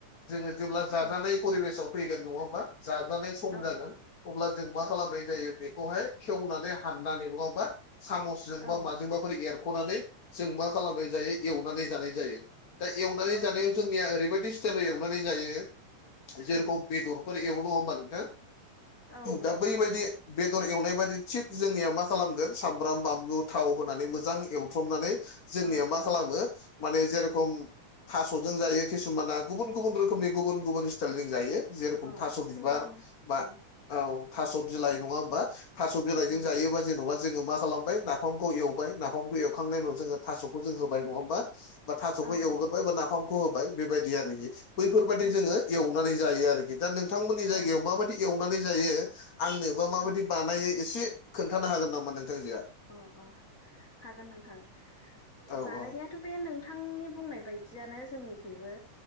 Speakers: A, on the left (about 50°); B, on the left (about 25°).
A: जोङो जेब्ला जाजानाय
B: उम
A: परिबेसाव फैगोन नङा होमबा जाजानाय सम
B: औ
A: जागोन अब्ला जों मा खालामनाय
B: औ
A: जायो बेखौहाय खेवनानै हाननानै नङा होमबा सामसजोंबा
B: औ
A: माजोंबा फोर एरख'नानै जों मा खालामनाय जायो एवनानै जानाय जायो दा एवनानै
B: औ
A: जानायाव
B: नंगौ
A: जोंनिया ओरैबायदि स्टाइलाव एवनानै जायो जेरेखम
B: उम
A: बेदर फोर एवो नङा होमबा नोंथा
B: औ नंगौ
A: दा बैबायदि बेदर एवनाय बायदि थिग जोंनिया मा खालामगोन सामब्राम बानलु थाव होनानै मोजां एवथ्रमनानै जोंनिया
B: औ
A: मा
B: औ
A: खालामो माने जेरखम थास'जों जायो किसुमाना गुबुन गुबुन रोखोमनि गुबुन गुबुन स्टाइलजों जायो जेरेखम
B: औ
A: थास'
B: सोबावनो
A: बिबार बा
B: औ
A: औ थास' बिलाइ नङा होमबा
B: उम
A: थास' बिलाइजों
B: उम
A: जायो जेनेबा जोङो मा खालामबाय नाफामखौ एवबाय नाफामखौ एवखांनायनि उनाव जोङो थास'खौ जों होबाय नङा होमबा बा थास'खौ
B: औ
A: एवगोरबाय
B: नंगौ
A: बा नाफामखौ होबाय बेबायदि आरोखि बैफोरबायदि
B: उम
A: जोङो एवनानै जायो आरोखि दा नोंथांमोननि जायगायाव
B: औ
A: माबायदि एवनानै जायो आंनो बा माबायदि
B: औ
A: बानायै एसे खोन्थानो हागोन नामा नोंथांजोआ
B: अ अ हागोन नोंथां
A: औ
B: बानायनाया
A: औ
B: थ' बे नोंथांनि बुंनाय बायदियानो जोंनिख्रुइबो